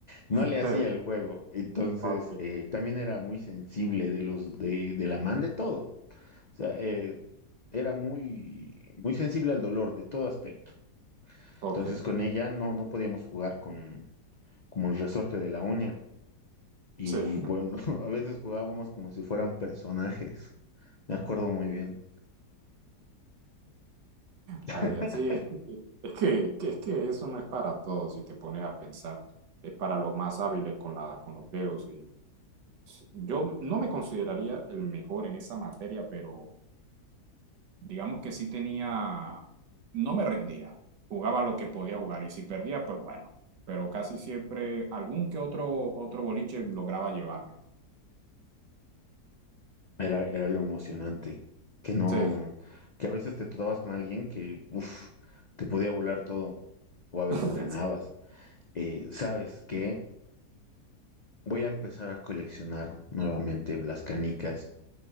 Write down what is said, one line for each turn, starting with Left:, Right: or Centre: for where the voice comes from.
Left: No
Right: ok.
Left: le hacía
Right: Sí.
Left: el
Right: <laughs>
Left: juego. Entonces,
Right: Ok,
Left: eh, también era muy sensible de los, de, de la man de todo. O sea, eh, era muy, muy sensible al dolor de todo aspecto.
Right: ok.
Left: Entonces, con ella no, no podíamos jugar con, como el resorte de la uña. Y
Right: Sí, <laughs>
Left: bueno, <laughs> a veces jugábamos como si fueran personajes. Me acuerdo muy bien. <laughs>
Right: vaya, sí, es que, es que, que- es que eso no es para todos si te pones a pensar. Es para los más hábiles con la, con los dedos. Y yo no me consideraría el mejor en esa materia, pero digamos que sí tenía, no me rendía, jugaba lo que podía jugar y si perdía, pues bueno, pero casi siempre algún que otro, otro boliche lograba llevarme.
Left: Era, era lo emocionante. Que no,
Right: Sí,
Left: que a veces te topabas con alguien que, uff, te podía volar todo. O a veces
Right: <laughs>
Left: ganabas.
Right: sí,
Left: Eh, ¿sabes qué? Voy a empezar a coleccionar nuevamente las canicas.